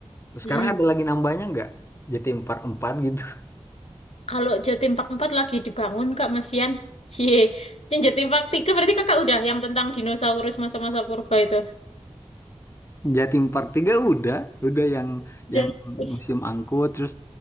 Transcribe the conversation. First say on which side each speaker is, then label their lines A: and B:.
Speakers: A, on the left; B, on the left.
A: Sekarang
B: Mm.
A: ada lagi nambahnya nggak? Jatim Park 4 gitu.
B: Kalau Jatim Park 4 lagi dibangun, Kak, Masian. Cie. Yang Jatim Park 3 berarti Kakak udah yang tentang dinosaurus masa-masa purba itu.
A: Jatim Park tiga udah, udah yang
B: Udah.
A: yang
B: Ih,
A: musim angkut terus